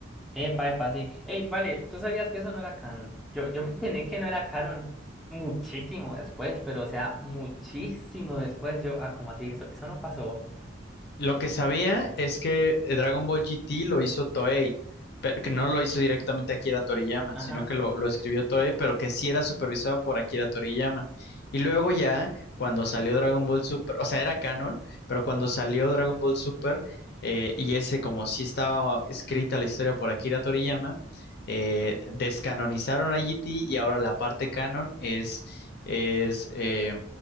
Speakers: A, in the centre; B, on the left (about 55°).
A: Epa, epa, sí. Ey, vale, tú sabías que eso no era canon. Yo, yo me enteré que no era canon muchísimo después, pero o sea, muchísimo después. Yo, ah, ¿cómo así? Eso, eso no pasó.
B: Lo que sabía es que eh, Dragon Ball GT lo hizo Toei, pero que no lo hizo directamente Akira Toriyama,
A: Ajá.
B: sino que lo, lo escribió Toei, pero que sí era supervisado por Akira Toriyama. Y luego ya, cuando salió Dragon Ball Super, o sea, era canon, pero cuando salió Dragon Ball Super, eh, y ese como sí estaba escrita la historia por Akira Toriyama, eh, descanonizaron a GT y ahora la parte canon es, es eh,